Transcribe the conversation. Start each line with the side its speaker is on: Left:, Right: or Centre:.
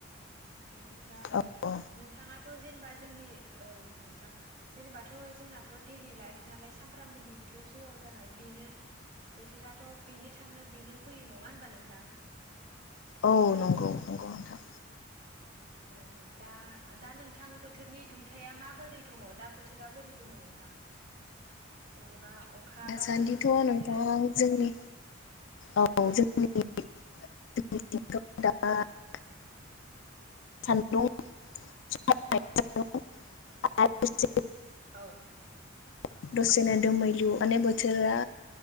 Right: बेनिफ्राय ओमफ्राय
Left: औ औ
Right: नोंथाङाथ' जेनेबा जोंनि औ नोंथां जेनेबाथ' जोंनाथ' दैडलि लाइफ नालाय सामफ्रामबोनिबोथ' जिउआव जानाय बेनो बोथोराथ' बेनो थाङो बेनो फैयो नङा होनबा नोंथां
Left: औ नंगौ नंगौ नोंथां
Right: औ दा दा नोंथां बोथोरनि दुंथाया माबोरै दङ दा बोथोरा बोरै दङ नोंथां जेनेबा अखा
Left: दासान्दिथ'
Right: बा सान्दुं बेफोरो
Left: नोंथां जोंनि औ जोंनि <unintelligible> सान्दुं <unintelligible>
Right: औ
Left: दसेनो दोमैलु माने बोथोरा